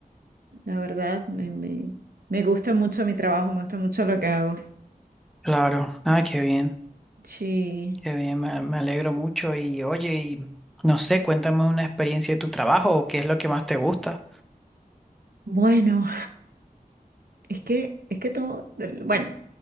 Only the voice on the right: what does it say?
La verdad, me, me, me gusta mucho mi trabajo, me gusta mucho lo que hago.
Sí.
Bueno, es que, es que todo, bueno.